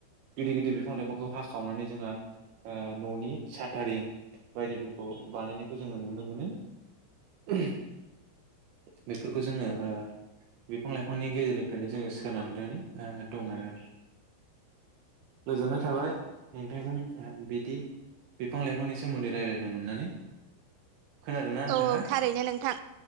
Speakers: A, on the right (about 70°); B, on the right (about 80°).
A: गिदिर गिदिर बिफां लाइफांखौ हावखावनानै जोङो ओ ननि साथारिं बायदिफोरखौ बानायनायखौ जोङो नुनो मोनो। ओहोम बेफोरखौ जोङो ओ बिफां लाइफांनि गेजेरनि फ्रायनो जोङो सोनारनानै दं आरो। गोजोननाय थाबाय नोंथांजों बिदि बिफां-लाइफांनि सोमोन्दै रायजलायनो मोननानै। खोनादोंना नोंथाङा
B: औ औ थारैनो नोंथां